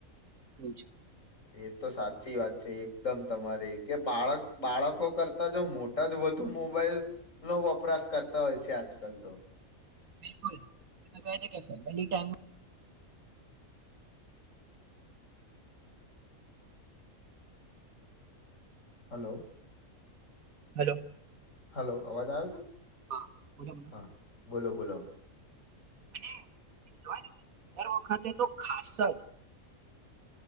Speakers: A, on the right; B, on the left.
A: એવું છે.
B: એ તો સાચી વાત છે એકદમ તમારે કે બાળક બાળકો કરતા જો મોટા જ વધુ મોબાઈલનો વપરાશ કરતા હોય છે આજકાલ તો
A: બિલકુલ એ તો કહે છે કે family time
B: hello
A: hello
B: hello, અવાજ આવ છે
A: હા બોલો બોલો
B: હા. બોલો, બોલો.
A: અને કેવાયને કે દર વખતે તો ખાસ જ.